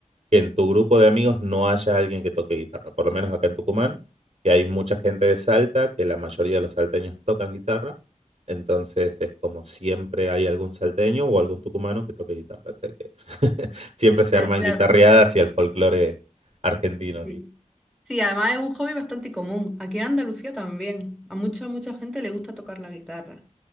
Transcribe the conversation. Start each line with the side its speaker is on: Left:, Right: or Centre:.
Right: que en tu grupo de amigos no haya alguien que toque guitarra, por lo menos acá en Tucumán, que hay mucha gente de Salta, que la mayoría de los salteños tocan guitarra, entonces es como siempre hay algún salteño o algún tucumano que toque guitarra, o sea que <laughs> siempre se
Centre: La-
Right: arman
Centre: la
Right: guitarreadas
Centre: verdad,
Right: y el folclore argentino aquí.
Centre: sí. Sí, además es un hobby bastante común. Aquí en Andalucía también. A mucha, mucha gente le gusta tocar la guitarra.